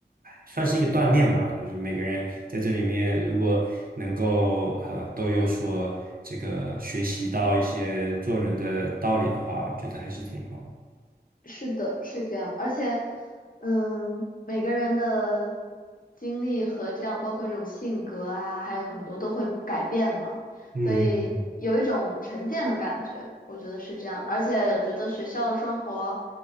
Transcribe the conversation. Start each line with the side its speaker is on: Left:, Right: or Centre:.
Right: 算是一个锻炼吧，就是每个人在这里面如果能够呃都有所这个学习到一些做人的道理的话，我觉得还是挺好的
Left: 是的，是这样，而且嗯，每个人的经历和这样，包括这种性格啊，还有很多都会改变嘛，
Right: 嗯。
Left: 所以有一种沉淀的感觉，我觉得是这样的而且觉得学校的生活